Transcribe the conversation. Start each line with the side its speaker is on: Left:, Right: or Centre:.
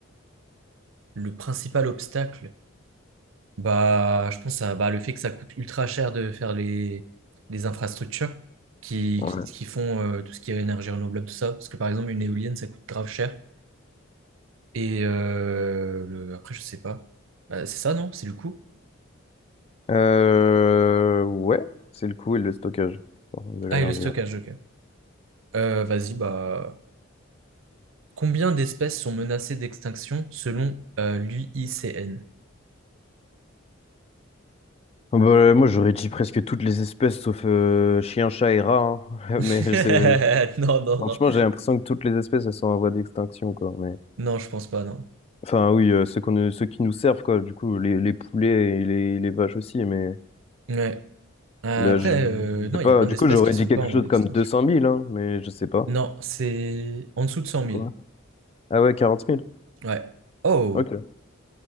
Right: Le principal obstacle, bah, je pense à bah, le fait que ça coûte ultra cher de faire les, les infrastructures qui,
Left: Ouais.
Right: qui, qui font euh, tout ce qui est énergie renouvelable, tout ça. Parce que par exemple, une éolienne, ça coûte grave cher. Et euh, le- après, je sais pas. Bah, c'est ça, non? C'est le coût?
Left: Euh, ouais, c'est le coût et le stockage pardon, de l'énergie,
Right: Ah, et le stockage,
Left: ouais.
Right: ok. Euh, vas-y, bah. Combien d'espèces sont menacées d'extinction selon euh, l'UICN?
Left: Bah, moi, j'aurais dit presque toutes les espèces sauf euh, chien, chat et rat, hein.
Right: <laughs>
Left: <laughs> Mais je sais,
Right: Non, non,
Left: Franchement,
Right: non.
Left: j'ai l'impression que toutes les espèces, elles sont en voie d'extinction, quoi. Mais...
Right: Non, je pense pas, non.
Left: Enfin, oui, euh, ceux qu'on, ceux qui nous servent, quoi. Du coup, les, les poulets et les, les vaches aussi, mais...
Right: Ouais. Euh,
Left: Ben,
Right: après,
Left: je, je
Right: euh, non,
Left: sais pas.
Right: il y a plein
Left: Du
Right: d'espèces
Left: coup, j'aurais
Right: qui sont
Left: dit quelque
Right: pas en
Left: chose
Right: voie d'extinction.
Left: comme deux cent mille hein, mais je sais pas.
Right: Non, c'est en dessous de 100
Left: C'est
Right: 000.
Left: quoi? Ah ouais, quarante mille
Right: Ouais. Oh,
Left: Ok.